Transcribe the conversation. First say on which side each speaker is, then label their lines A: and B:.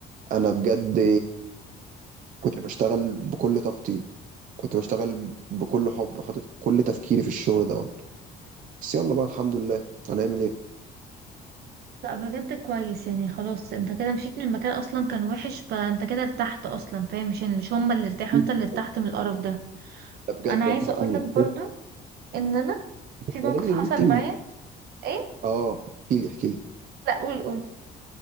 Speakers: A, on the right; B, on the right.
A: انا بجد كنت بشتغل بكل طاقتي كنت بشتغل بكل حب حاطط كل تفكيري في الشغل ده بس يلا بقى الحمد لله هنعمل ايه
B: لا بجد كويس يعني خلاص انت كده مشيت من المكان اصلا كان وحش فانت كده ارتحت اصلا فاهم مش مش هما اللي ارتاحوا
A: <laughs>
B: انت اللي ارتحت من القرف ده
A: بجد
B: انا عايزه
A: ارتحت
B: اقول
A: من
B: لك
A: الشغل
B: برضو ان انا في موقف
A: قال لي
B: حصل
A: ان انت
B: معايا ايه
A: اه احكي لي احكي لي
B: لا قول قول